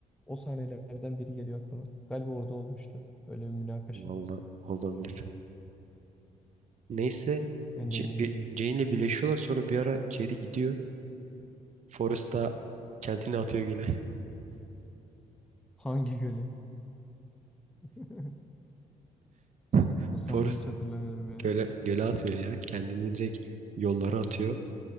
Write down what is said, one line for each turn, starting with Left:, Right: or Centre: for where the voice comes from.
Centre: O sahnelerden biri geliyor aklıma. Galiba orada olmuştu. Öyle bir münakaşa.
Right: Vallahi olabilir. Neyse
Centre: Ben
Right: C-
Centre: de emin
Right: bir-
Centre: değilim.
Right: Jane ile birleşiyorlar sonra bir ara Jerry gidiyor. Forrest da kendini atıyor göle.
Centre: Hangi göle? <laughs>
Right: <laughs>
Centre: O sahneyi
Right: Forrest
Centre: hiç hatırlamıyorum ya.
Right: göle, göle atmıyor ya. Kendini direkt yollara atıyor.